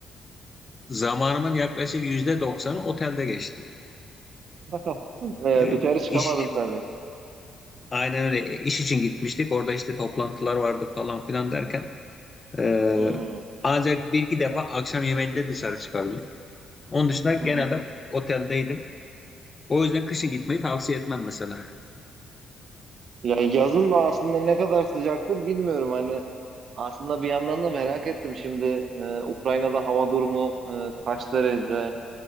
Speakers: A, on the left; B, on the right.
A: zamanımın yaklaşık %90'ı otelde geçti.
B: <laughs> Ee,
A: E,
B: dışarı çıkamadın
A: iş
B: tabii.
A: aynen öyle iş için gitmiştik. Orada işte toplantılar vardı falan filan derken e,
B: Hmm,
A: ancak bir iki defa akşam yemeğinde dışarı çıkabildik. Onun dışında genelde
B: hmm.
A: oteldeydim. O yüzden kışın gitmeyi tavsiye etmem mesela.
B: Ya yazın da aslında ne kadar sıcaktır bilmiyorum. Hani aslında bir yandan da merak ettim. Şimdi e, Ukrayna'da hava durumu e, kaç derece?